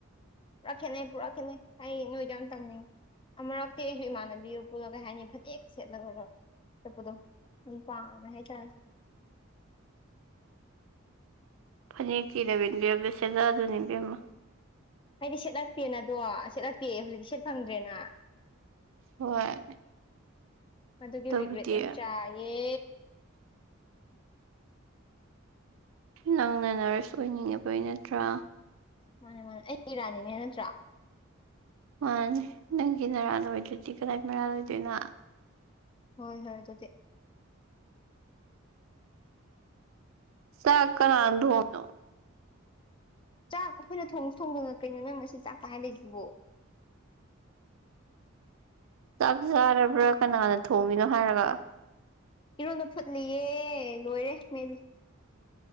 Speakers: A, on the left (about 25°); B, on the right (about 70°).
A: ꯄꯨꯔꯥ ꯈꯦꯠꯅꯩ ꯄꯨꯔꯥ ꯈꯦꯠꯅꯩ ꯑꯩ ꯅꯣꯏꯗ ꯌꯥꯝ ꯇꯝꯅꯤꯡꯉꯤ ꯑꯃꯨꯔꯛꯇꯤ ꯑꯩꯁꯨ ꯏꯃꯥꯟꯅꯕꯤ ꯄꯨꯜꯂ ꯀꯩ ꯍꯥꯏꯅꯤ ꯐꯅꯦꯛ ꯁꯦꯠꯂꯒ ꯆꯠꯄꯗꯣ ꯗꯨꯝ ꯄꯥꯝꯃꯦ ꯍꯥꯏꯇꯥꯔꯦ
B: <inaudible> ꯐꯅꯦꯛ <unintelligible> ꯁꯦꯠꯅꯗꯕꯅꯤ ꯏꯕꯦꯝꯃ
A: ꯍꯥꯏꯗꯤ ꯁꯦꯠꯂꯛꯇꯦꯅꯗꯣ ꯁꯦꯠꯂꯛꯇꯦ ꯍꯧꯖꯤꯛꯇꯤ ꯐꯪꯗ꯭ꯔꯦꯅ
B: ꯍꯣꯏ
A: ꯑꯗꯨꯒꯤ
B: ꯑꯗꯨꯕꯨꯗꯤ
A: ꯔꯤꯒ꯭ꯔꯦꯠ ꯌꯥꯝ ꯆꯥꯏꯌꯦ
B: ꯅꯪꯅ ꯅꯔꯁ ꯑꯣꯏꯅꯤꯡꯉꯨꯕꯩ ꯅꯠꯇ꯭ꯔꯥ
A: ꯃꯥꯟꯅꯦ ꯃꯥꯟꯅꯦ ꯑꯩ ꯏꯔꯥꯟꯅꯤꯅꯦ ꯅꯠꯇ꯭ꯔꯥ
B: ꯃꯥꯟꯅꯤ ꯅꯪꯒꯤ ꯅꯔꯥꯜ ꯑꯣꯏꯗ꯭ꯔꯗꯤ ꯀꯅꯥꯏ ꯃꯔꯥꯜ ꯑꯣꯏꯗꯣꯏꯅꯣ
A: ꯍꯣꯏ ꯍꯣꯏ ꯑꯗꯨꯗꯤ
B: ꯆꯥꯛ ꯀꯅꯥꯅ ꯊꯣꯡꯉꯤꯅꯣ
A: ꯆꯥꯛ ꯑꯈꯣꯏꯅ ꯊꯣꯡꯁꯨ ꯊꯣꯡꯗꯅ ꯀꯩꯅꯣ ꯅꯪ ꯉꯁꯤ ꯆꯥꯛꯇ ꯍꯥꯏ ꯂꯩꯁꯤꯕꯣ
B: <inaudible> ꯆꯥꯛ ꯆꯥꯔꯕ꯭ꯔꯥ ꯀꯅꯥꯅ ꯊꯣꯡꯉꯤꯅꯣ ꯍꯥꯏꯔꯒ
A: ꯏꯔꯣꯟꯕ ꯐꯨꯠꯂꯤꯌꯦ ꯂꯣꯏꯔꯦ ꯃꯦꯠꯂꯤ